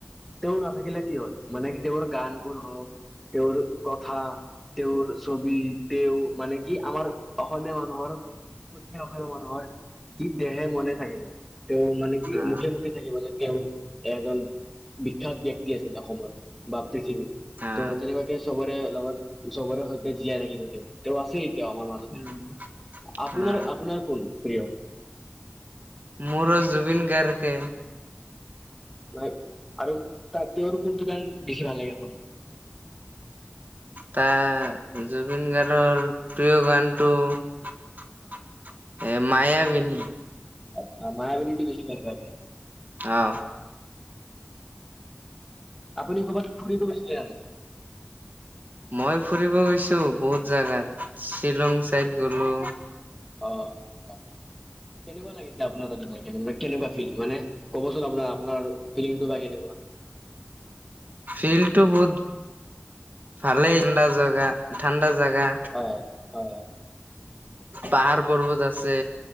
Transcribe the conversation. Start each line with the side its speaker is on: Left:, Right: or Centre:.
Centre: তেওঁ নাথাকিলে কি হল মানে কি তেওঁৰ গানবোৰ হওক তেওঁৰ কথা তেওঁৰ ছবি তেওঁ মানে কি আমাৰ অসমীয়া মানুহৰ প্ৰত্যেক অসম অসমীয়া মানুহৰ কি দেহে মনে থাকিব তেওঁ মানে কি
Right: অ
Centre: মুখে মুখে থাকিব যে তেওঁ এজন বিখ্যাত ব্যক্তি আছিলে অসমৰ বা পৃথিৱীত
Right: অ
Centre: ত তেনেকুৱাকে চবৰে লগত চবৰে সৈতে জীয়াই থাকিব তেওঁ তেওঁ আছে তেওঁ আমাৰ মাজতে
Right: উম
Centre: আপোনাৰ
Right: অ
Centre: আপোনাৰ কোন প্ৰিয়
Right: মোৰো জুবিন গাৰ কে
Centre: নাই আৰু তাক কোন কোনটো গান বেছি ভাল লাগে আপোন
Right: তাত জুবিন গাৰ্গৰ প্ৰিয় গানটো এ, মায়াবিনী
Centre: আচ্ছা, মায়াবিনীটো বেছি ভালপায় আপুনি?
Right: অহ।
Centre: আপুনি ক'বাত ফুৰিব' গৈছিলে জানো?
Right: মই ফুৰিব গৈছো বহুত জাগাত, শ্বিলং চাইদ গলো
Centre: অ, কেনেকুৱা লাগিছে আপোনাৰ তাতে যায়কেনে কেনেকুৱা? মানে ক'বচোন আপোনাৰ-আপোনাৰ ফিলিংটো বা কেনেকুৱা?
Right: ফিল টো বহুত ভালেই ঠাণ্ডা জাগা ঠাণ্ডাজ জাগা
Centre: অ', হয়,
Right: পাহাৰ পৰ্বত আছে